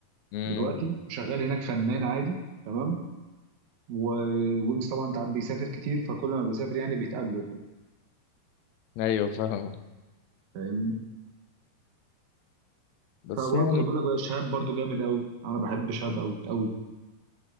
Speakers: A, on the left; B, on the right.
A: امم
B: دلوقتي وشغال هناك فنان عادي تمام و- ويجز طبعا انت عارف بيسافر كتير فكل ما بيسافر يعني بيتقابلوا وكده
A: ايوه فاهم
B: فاهمني
A: بس
B: فبقول
A: يعني
B: كنت بقول لك بقى شهاب برضه جامد قوي انا بحب شهاب قوي قوي